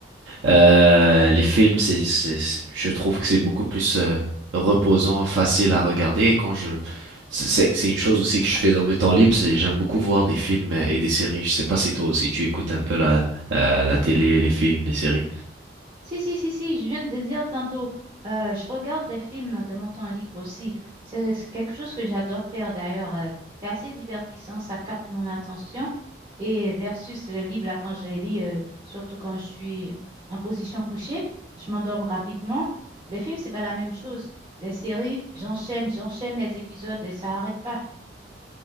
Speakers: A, on the right; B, on the right.
A: Euh, les films, c'est, c'est, c'est- je trouve que c'est beaucoup plus euh, reposant, facile à regarder. Et quand je, c'est, c'est c'est une chose aussi que je fais dans mes temps libres, c'est j'aime beaucoup voir des films et des séries. Je sais pas si toi aussi tu écoutes un peu la, euh, la télé, les films, les séries.
B: Si, si, si, si, je viens de te dire tantôt, euh, je regarde des films de mon temps libre aussi. C'est c'est quelque chose que j'adore faire d'ailleurs. euh, c'est assez divertissant, ça capte mon attention. Et versus le livre, là, quand je les lis, euh, surtout quand je suis en position couchée, je m'endorme rapidement. Les films, c'est pas la même chose. Les séries, j'enchaîne, j'enchaîne les épisodes et ça arrête pas.